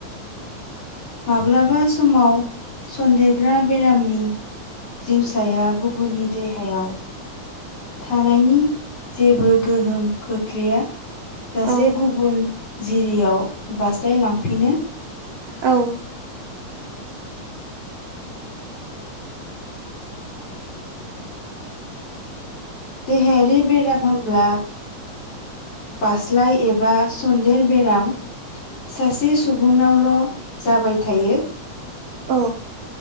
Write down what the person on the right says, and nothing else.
औ
औ
औ